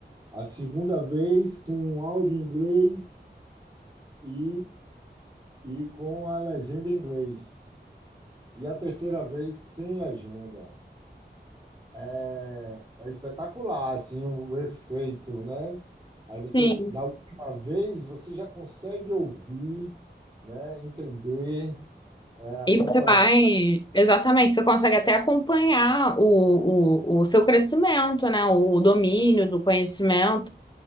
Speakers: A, on the right; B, on the left.
A: A segunda vez com um áudio em inglês e, e com a legenda em inglês. E a terceira vez sem legenda. É, é espetacular, assim, o efeito, né? Aí você,
B: Sim.
A: da última vez, você já consegue ouvir, né? Entender, é, acompanhar.
B: E você vai, exatamente, você consegue até acompanhar o, o, o seu crescimento, né? O domínio do conhecimento,